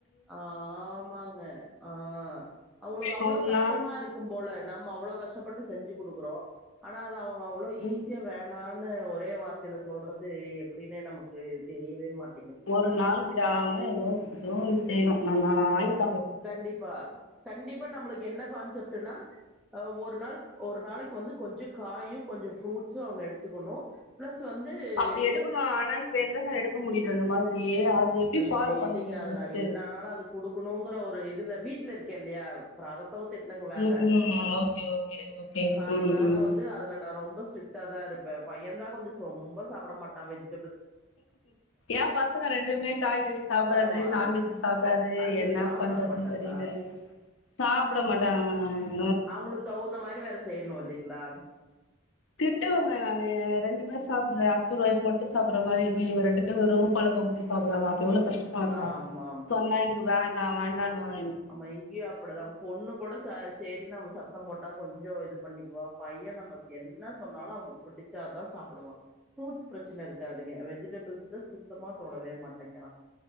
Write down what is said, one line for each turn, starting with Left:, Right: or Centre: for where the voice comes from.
Centre: ஆ ஆமாங்க ஆ அவ்ங்குளுக்கு
Left: சொன்னா
Centre: அவ்ளோ கஷ்டமாருக்கும்போல நம்ம அவ்ளோ கஷ்டப்பட்டு செஞ்சு குடுக்றோ அனா அது அவு அவ்ளோ
Left: ம்
Centre: ஈசியா வேணா ஒரே வார்த்தைல சொல்றது எப்டினே நமக்கு தெரியவே மாட்ட
Left: ஒரு நாள் விடாம எதோ ரோல் செய்றோ நா நா நா வாய்ஸ்
Centre: கண்டிப்பா கண்டிப்பா நம்ளுக் என்ன கான்செப் டனா ஒரு நாள்க் ஒரு நாளைக் வந்து கொஞ்ச காயு கொஞ்ச ஃப்ரூட்ஸு அவுங்க எடுத்துக்கொனு ப்ளஸ் ச் வந்து
Left: அப்டி எடுக்கணு
Centre: எ
Left: ஆனா இப்ப எங்கங்க எடுக்க முடியுது அந்த மாதிரி அது எப்டி
Centre: ஐயோ
Left: ஃபாலோ
Centre: இல்லிங்க
Left: பண்ண முடியுது
Centre: அது
Left: ஃபர்ஸ்ட்டு
Centre: நா என்ன ஆனாலு அது குடுக்குணுங்க இதுல்ல வீட்ல இருக்கே இல்லையா அப்ர அத தவுத் திட்னங் வேல
Left: ம் ம் ஓகே ஓகே ஓகே
Centre: அதனால
Left: ம் ம்
Centre: வந்து அதுல நா ரொம்ப ஸ்ட்ரிக்ட் டாதா இருப்ப பையன்தா கொஞ்சோ சொம்ப சாப்ட மாட்டா வெஜ்
Left: ஏன் பசங்க ரெண்டுமே காய்கறி சாப்டாது
Centre: பரவால்ல
Left: நான்வெஜ் சாப்டாது
Centre: ஐயோ
Left: என்ன
Centre: சாப்ட
Left: பண்றதுன்
Centre: மாட்டாங்களா
Left: தெரிய்ல சாப்ட மட்டாங்க ஆஹ்
Centre: அவுங்ள தவுந்த மரி வேற செய்யணு இல்லிங்ளா
Left: திட்டுவுங்க நானு ரெண்டுமேர் சாப்புல்ல அஸ் <unintelligible> மட்டு சாப்புற்ற மாரி இருக்கு இவ ரெண்டு பேரு வெறு கொலம்ப ஊத்திஸ் சாப்டுவாங்க அப்ப எவ்ளோ கஷ்ட்மா இருக்கு
Centre: ஆமா
Left: சொன்னா எனுக்கு வேண்டா வேண் ன்னான்னுவாங்க
Centre: அமா இங்கியு அப்படுதா பொண்ணு கொட ச சேரின்னு அவ சத்த போட்டா கொஞ் யோ இது பண்ணிக்வா பைய நம்பஸ் என்ன சொன்னாலு அவன புடுச்சாதா சாப்புடுவா ஃப்ரூட்ஸ் ப்ரச்சுன இருக்காதுங்கெ வெஜிடபுள்ஸுத சுத்தமா தொடவே மாட்டங்கிறா